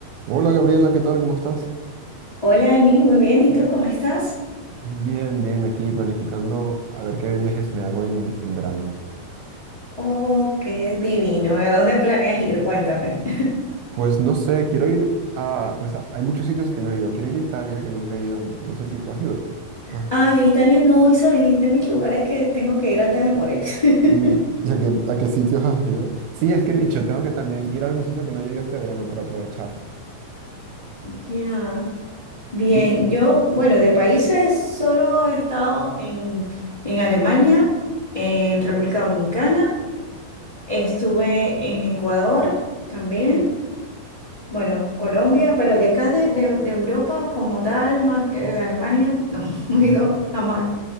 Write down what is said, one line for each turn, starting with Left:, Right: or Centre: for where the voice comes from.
Right: Hola Gabriela, ¿qué tal? ¿Cómo estás?
Left: Hola Emil, muy bien. ¿Y tú cómo estás?
Right: Bien, bien, aquí planificando a ver qué viajes me hago en, en verano.
Left: Oh, qué divino. ¿A dónde planeas ir? Cuéntame.
Right: Pues no sé, quiero ir a... Pues a- hay muchos sitios que no he ido. Quiero ir a Italia, que nunca he ido. No sé si tú has ido.
Left: <laughs>
Right: Ajá.
Left: Ay, a Italia no, y sabes, es de mis lugares que tengo que ir antes de morir. <laughs>
Right: Mm, ¿Y a qué, a qué sitios has ido? Sí, es que he dicho, tengo que también ir a algún sitio que no haya ido este verano para aprovechar.
Left: Ya. Bien,
Right: Uy,
Left: yo, bueno, de países solo he estado en, en Alemania, en República Dominicana, estuve en Ecuador también, bueno, Colombia, pero de acá de, de- de Europa como tal, más que de Alemania, no, <laughs> no
Right: No.
Left: he ido jamás.